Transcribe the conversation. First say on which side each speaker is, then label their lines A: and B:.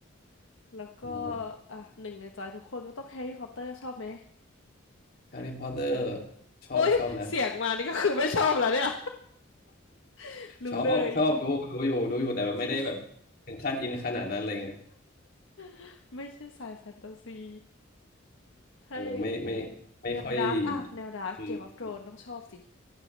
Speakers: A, on the left; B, on the left.
A: ๆแล้วก็
B: มา
A: อ่ะหนึ่งในใจทุกคนก็ต้องแฮร์รี่พอตเตอร์ชอบไหม
B: แฮร์รี่พอตเตอร์ชอบชอบนะ
A: โอ้ยเสียงมานี่ก็คือไม่ชอบแล้วเนี่ย <laughs> รู้เลย
B: ชอบชอบดูดูอยู่ดูอยู่แต่แบบไม่ได้แบบ
A: จริง
B: ถึงขั้นอินขนาดนั้นอะไรเงี้ย
A: <laughs> ไม่ใช่สายแฟนตาซีถ้าอย่างนี้
B: เออไม่ไม่ไม่ค่อย
A: แนวดาร์กอะแนวดาร์กเกมออฟโธรนต้องชอบสิ
B: อืม